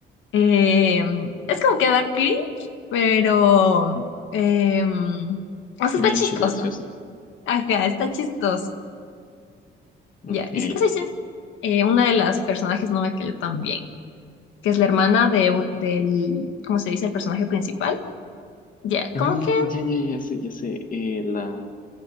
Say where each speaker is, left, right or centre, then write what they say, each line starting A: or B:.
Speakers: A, on the left; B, on the left.
A: Eh, es como que da cringe, pero... eh, o sea, está
B: Demianche,
A: chistoso.
B: gracioso.
A: Ajá, está chistoso. Ya,
B: Ok.
A: y si te soy sincera, eh, una de las personajes no me cayó tan bien, que es la hermana de, un- del, ¿cómo se dice? El personaje principal. Ya,
B: Ay,
A: como que
B: ya, ya, ya sé, ya sé. Eh, la,